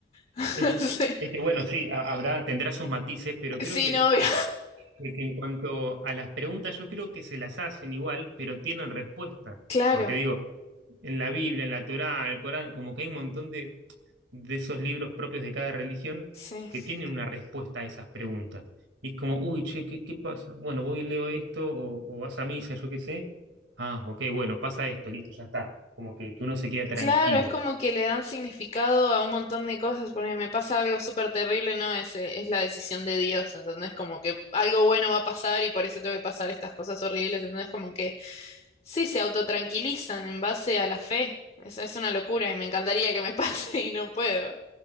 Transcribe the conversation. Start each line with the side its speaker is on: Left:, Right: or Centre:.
Left: <laughs>
Right: Es,
Left: Sí,
Right: es que bueno, sí, ha- habrá, tendrá sus matices, pero
Left: sí,
Right: creo que
Left: novia.
Right: que, que en cuanto a las preguntas, yo creo que se las hacen igual, pero tienen respuesta.
Left: Claro,
Right: Porque digo, en la Biblia, en la Torá, el Corán, como que hay un montón de, de esos libros propios de cada religión
Left: sí.
Right: que tienen una respuesta a esas preguntas. Y es como, uy, che, ¿qué, qué pasa? Bueno, voy y leo esto, o, o vas a misa, yo qué sé. Ah, ok, bueno, pasa esto, listo, ya está. Como que, que uno se queda tranquilo.
Left: Claro, es como que le dan significado a un montón de cosas, porque me pasa algo súper terrible, ¿no? Es, eh, es la decisión de Dios, ¿entendés? Como que algo bueno va a pasar y por eso tengo que pasar estas cosas horribles, ¿entendés? Como que... Sí, se autotranquilizan en base a la fe. Eso es una locura y me encantaría que me pase <laughs> y no puedo.